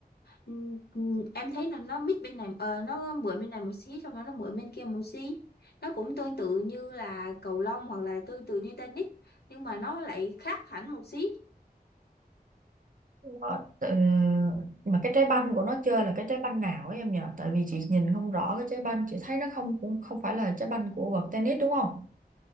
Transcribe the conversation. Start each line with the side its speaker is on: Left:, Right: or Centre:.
Left: ừ, ừ, em thấy là nó mix bên này ờ, nó mượn bên này một xí xong rồi nó mượn bên kia một xí nó cũng tương tự như là cầu lông hoặc là tương tự như tennis nhưng mà nó lại khác hẳn một xí
Right: Ờ, tự- mà cái trái banh của nó chơi là cái trái banh nào ấy em nhỉ tại vì chị nhìn không rõ cái trái banh chị thấy nó không cũng không phải là trái banh của vợt tennis đúng không